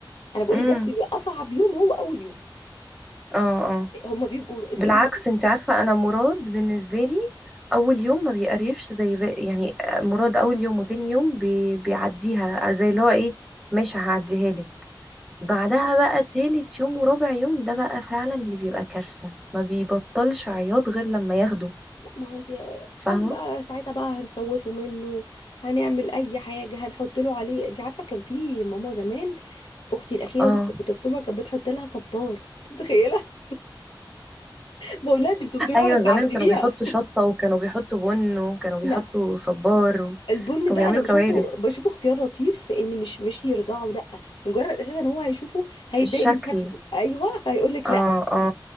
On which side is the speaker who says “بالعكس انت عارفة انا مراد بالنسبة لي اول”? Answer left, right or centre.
Centre